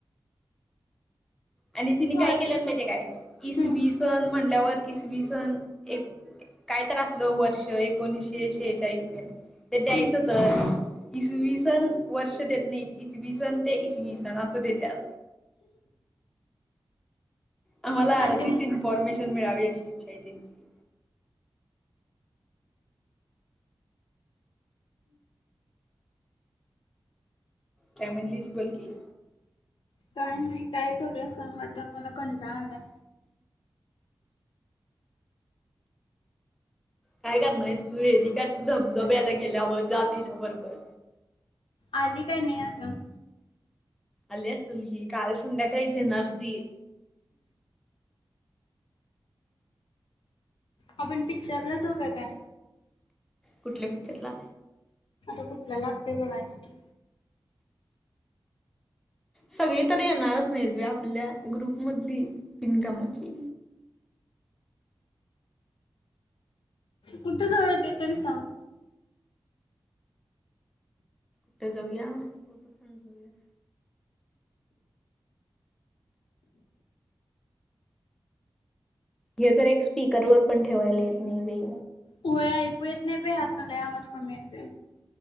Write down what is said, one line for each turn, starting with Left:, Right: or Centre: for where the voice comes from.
Centre: आणि तिने काय
Left: आज-
Centre: केल्यात माहितीय काय,
Left: हम्म,
Centre: इसवी सण म्हणल्यावर इसवी सण एक काय तर असल वर्ष एकोणीशे शेहचाळीस तेन ते द्यायचं
Left: हम्म.
Centre: तर. इसवी सन वर्ष देत नाइत. इसवी सन ते इसवी सन असं देत्या. आम्हाला अर्धीच
Left: आणि ते
Centre: इन्फॉर्मशन मिळावी अशी इच्छा आहे त्यांची. काय मणलीस बघितल.
Left: काय नाही काय करूया सांग, आता मला कंटाळ आलाय.
Centre: काय करणार आहेस तू वेदिका ती धबधब्याला गेल्यावर जा तिच्या बरोबर.
Left: आली काय नाही अजून.
Centre: आली असल ही काल संध्याकाळीच येेणारती.
Left: आपण पिक्चरला जाऊ काय.
Centre: कुठल्या पिक्चरला.
Left: कुटल लागतंय बागायचं की.
Centre: सगळी तरी येणारच नाहीत बाई आपल्या ग्रुप मधली बीनकामाची
Left: कुट जाऊया ते तरी सांग.
Centre: कुट जाऊया. कोटं पण जाऊया. हे तर एक स्पीकर वर पण ठेवायला येत नाही बे.
Left: होय ऐकू येत नाही बाई ह्यातन लई आवाज कमी येतय.